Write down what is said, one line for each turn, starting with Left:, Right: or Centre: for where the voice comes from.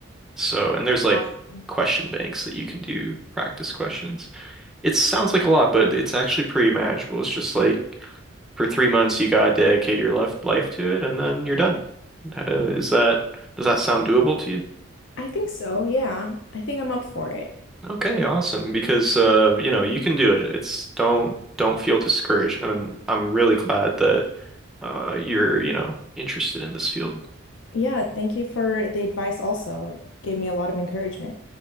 Centre: So, and there's like
Left: Awesome.
Centre: question banks that you can do practice questions. It sounds like a lot, but it's actually pretty manageable. It's just like for three months you gotta dedicate your life life to it and then you're done. Uh, is that does that sound doable to you?
Left: I think so. Yeah. I think I'm up for it.
Centre: Okay, awesome. Because uh, you know, you can do it. It's don't don't feel discouraged. And I'm I'm really glad that uh you're, you know, interested in this field.
Left: Yeah, thank you for the advice also. It gave me a lot of encouragement.